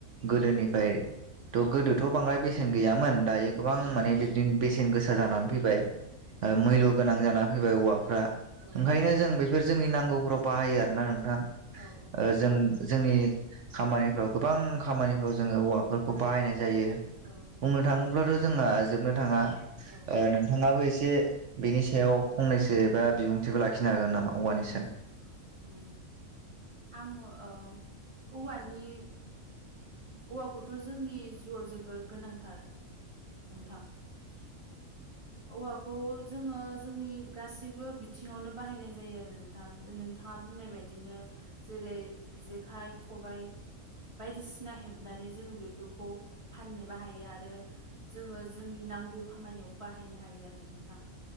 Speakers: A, on the right; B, on the right.
A: गोदोनिफ्राय थ' गोदोथ' बांद्राय बेसेन गैयामोन दायो गोबां माने बिदिनो बेसेन गोसा जानानै फैबाय। ओ मैल्य गोनां जाना फैबाय औवाफ्रा
B: औ
A: ओंखायनो जों बे बेफोर जोंनि नांगौफोराव बाहायो आर ना नोंथां।
B: औ औ।
A: ओ जों जोंनि खामानिफ्राव गोबां खामानिफ्राव जोङो औवाफोरखौ बाहायनाय जायो।
B: औ।
A: बुंनो थाङोब्लाथ' जोंहा जोबनो थाङा
B: औ
A: नोंथाङाबो एसे बेनि सायाव फंनैसो एबा बिबुंथिखौ लाखिनो हागोन नामा? औवानि सायाव
B: औ उम आङो ओ औवानि औवाखौथ' जोंनि जिउआव जोबोर गोनांथार। नोंथां औ। औवाखौ जोङो जोंनि गासैबो बिथिङावनो बाहायनाय जायो आरो नोंथां नोंथाङा बुंनाय बायदिनो जेरै जेखाइ खबाय बायदिसिना हेबनानै जोङो बेफोरखौ फाननोबो हायो आरो जोङो जोंनि नांगौ खामानियाव बाहायनो हायो आरो नोंथां